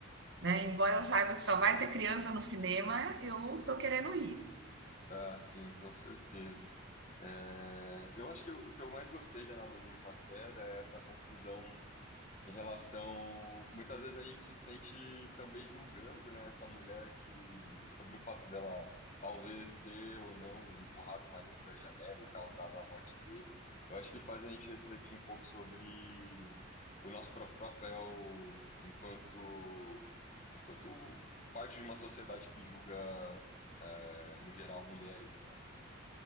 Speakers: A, on the right; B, on the left.
A: né, embora eu saiba que só vai ter criança no cinema, eu tô querendo ir.
B: Ah, sim, com certeza. É, eu acho que eu- o que eu mais gostei de analogia de uma queda é essa confusão em relação. Muitas vezes a gente se sente também julgando, né, essa mulher que, sobre o fato dela talvez ter ou não empurrado o marido da janela e causado a morte dele. Eu acho que faz a gente refletir um pouco sobre o nosso próprio papel enquanto, enquanto parte de uma sociedade que julga, eh, no geral, mulheres, né?